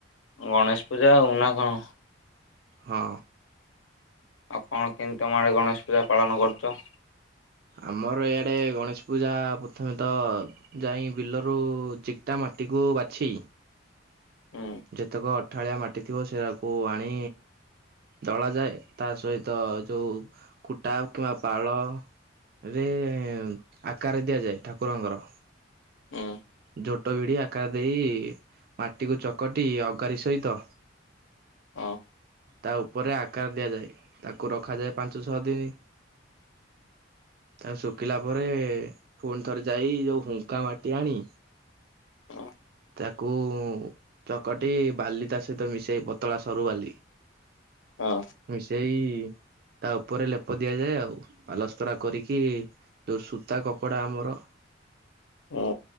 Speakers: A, on the left; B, on the right.
A: ଗଣେଶ ପୂଜା ଆଉ ନା କଣ?
B: ହଁ।
A: ଆଉ କଣ କେମିତି ତମ ଆଡେ ଗଣେଶ ପୂଜା ପାଳନ କରୁଛ?
B: ଆମର ଇଆଡେ ଗଣେଶ ପୂଜା ପ୍ରଥମେ ତ ଯାଇ ବିଲରୁ ଚିକଟା ମାଟିକୁ ବାଛି
A: ହୁଁ
B: ଯେତେକ। ଠାଳିଆ ମାଟି ଥିବ ସେଟାକୁ ଆଣି ଦଳାଯାଏ ତା ସହିତ ଯୋଉ କୁଟା କିମ୍ବା ପାଳ ରେ ଆକାର ଦିଆଯାଏ ଠାକୁରଙ୍କର।
A: ହଁ।
B: ଝୋଟ ଭିଡି ଆକାର ଦେଇ ମାଟିକୁ ଚକଟି ଅଗାରି ସହିତ।
A: ହଁ
B: ତା ଉପରେ ଆ ଆକାର ଦିଆଯାଏ ତାକୁ ରଖାଯାଏ ପାଞ୍ଚ ଛଅ ଦିନ ତାକୁ ଶୁଖିଲା ପରେ ପୁଣି ଥରେ ଯାଇ ଯୋଉ ହୁଙ୍କା ମାଟି ଆଣି।
A: ହଁ
B: ତାକୁ ଚକଟି ବାଲି ତା ସହିତ ମିଶେଇ ପତଳା ସରୁ ବାଲି।
A: ହଁ
B: ସେଇ। ତା ଉପରେ ଲେପ ଦିଆଯାଏ ଆଉ ପାଲସ୍ତରା କରିକି ଯୋଉ ସୂତା କପଡା ଆମର।
A: ହୁଁ।